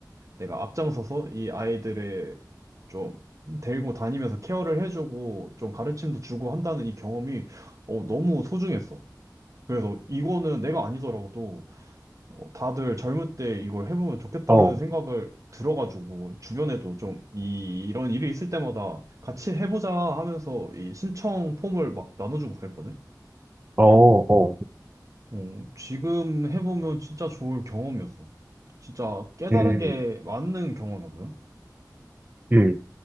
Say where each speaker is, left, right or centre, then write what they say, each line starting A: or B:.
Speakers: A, on the right; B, on the right.
A: 내가 앞장서서 이 아이들을 좀 데리고 다니면서 케어를 해주고 좀 가르침도 주고 한다는 이 경험이 어, 너무 소중했어. 그래서 이거는 내가 아니더라도 어, 다들 젊을 때 이걸 해보면 좋겠다는
B: 어,
A: 생각을 들어가지고 주변에도 좀 이, 이런 일이 있을 때마다 같이 해보자 하면서 이 신청 폼을 막 나눠주고 그랬거든.
B: 어, 어,
A: 어, 지금 해보면 진짜 좋을 경험이었어. 진짜 깨달은
B: 음,
A: 게 맞는 경험이거든.
B: 음.